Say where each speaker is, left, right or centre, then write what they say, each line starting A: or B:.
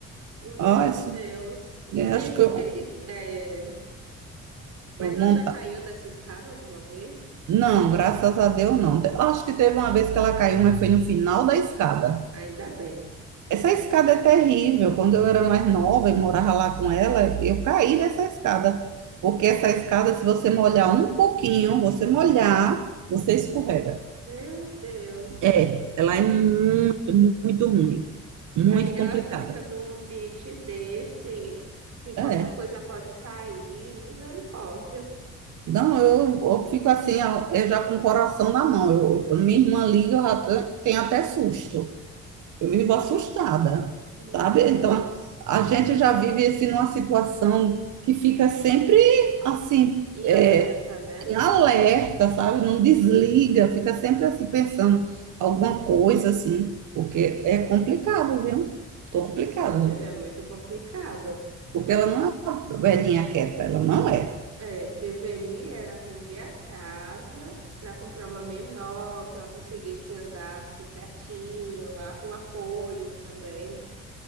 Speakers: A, on the right; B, on the right.
A: Meu
B: Ó, esse-
A: Deus. E
B: é,
A: tem.
B: acho que eu,
A: e- é, Mas
B: eu
A: ela
B: monta.
A: já caiu dessa escada alguma vez?
B: Não, graças a Deus não. Te- Acho que teve uma vez que ela caiu, mas foi no final da escada.
A: Ainda bem.
B: Essa escada é terrível. Quando eu era mais nova e morava lá com ela, eu caí dessa escada. Porque essa escada, se você molhar um pouquinho, você molhar, você escorrega.
A: Meu Deus.
B: É, ela é muito, muito ruim. Muito
A: Aí ela
B: complicada.
A: fica num ambiente desse, que qualquer
B: É.
A: coisa pode cair. Misericórdia.
B: Não, eu, eu fico assim, ó, eu já com o coração na mão. Eu, quando minha irmã liga, eu já te- tenho até susto. Eu vivo
A: Meu,
B: assustada,
A: meu
B: sabe?
A: Deus.
B: Então, a gente já vive assim numa situação que fica sempre assim,
A: E
B: é,
A: alerta, né?
B: em alerta, sabe? Não desliga, fica sempre assim pensando alguma coisa assim, porque é complicado, viu?
A: Eu
B: Complicado.
A: percebi, é muito complicado.
B: Porque
A: E
B: ela
A: o,
B: não é uma velhinha quieta, ela não é.
A: é, deveria era vender a casa para comprar uma menor, que ela conseguisse andar assim certinho, lá com apoios também.